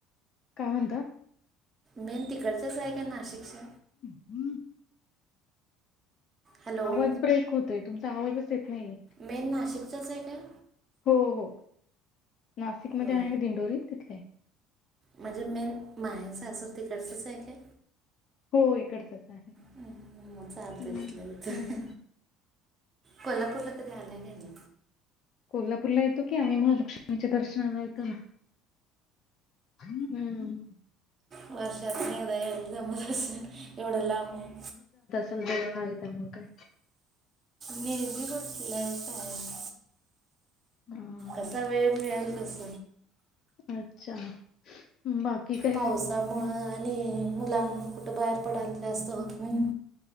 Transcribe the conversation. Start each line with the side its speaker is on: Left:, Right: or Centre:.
Left: काय म्हणता?
Right: मेन तिकडचंच हाय काय नाशिकचं?
Left: हम्म‌.
Right: हॅलो
Left: आवाज ब्रेक होतयं तुमचा, आवाजचं येत नाही.
Right: मेन नाशिकचचं हाय काय?
Left: हो हो, नाशिकमध्ये
Right: होय
Left: आहे ना दिंडोरी तिथले.
Right: म्हणजे मेन माहेर-सासर तिकडचंच हाय काय?
Left: हो इकडचंच.
Right: हम्म, मग चालतं
Left: हम्
Right: इथलं तिथं
Left: हम्.
Right: कोल्हापूरला कधी आलं काय नाही
Left: कोल्हापूरला येतो की आम्ही म लक्ष्मीच्या दर्शनाला येतो ना. <unintelligible>
Right: वर्षातंन एकदा याय जमतंच नाही एवढं लामन.
Left: चाल <unintelligible> मग काय?
Right: निवांत बसलाय काय
Left: हा
Right: <unintelligible> असा वेळ मिळेल तस.
Left: आच्छा. बाकी काय?
Right: पावसामुळ आणि मुलांना कुठं बाहेर पडायचं जास्त होत नाही.